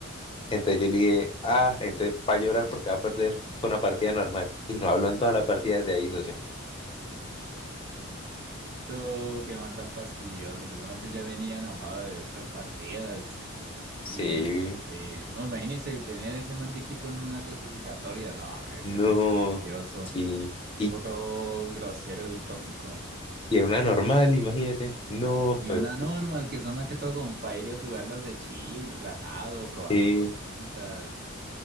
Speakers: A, on the left (about 25°); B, on the right (about 45°).
A: Entonces yo le dije, ah, entonces va a llorar porque va a perder, fue una partida normal. Y no habló en toda la partida desde ahí, socio.
B: No, qué man tan fastidioso. Seguramente ya venía enojado de otras partidas.
A: Sí,
B: Y <laughs> pues, eh, no, imagínense tener ese man de equipo en una clasificatoria. No, debe
A: no,
B: ser muy fastidioso.
A: sí, y,
B: tipo todo grosero y tóxico.
A: y era una normal, imagínese, no,
B: Y
A: pues,
B: una normal, que son más que todo como para ir a jugarlas de chill, relajado, probando
A: sí,
B: cositas,